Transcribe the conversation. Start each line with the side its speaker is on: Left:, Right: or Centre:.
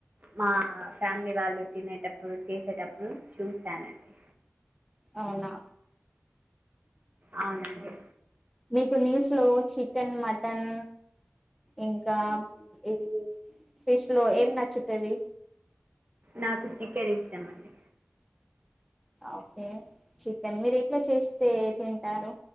Right: మా ఫ్యామిలీ వాళ్ళు తినేటప్పుడు చేసేటప్పుడు చూసానండి
Centre: అవునా
Right: అవునండి
Centre: మీకు నీస్లో చికెన్ మటన్ ఇంకా ఇది ఫిష్ లో ఏం నచ్చుతుంది
Right: నాకు చికెన్ ఇష్టమ అండి
Centre: ఓకే చికెన్ మీరు ఎట్లా చేస్తే తింటారు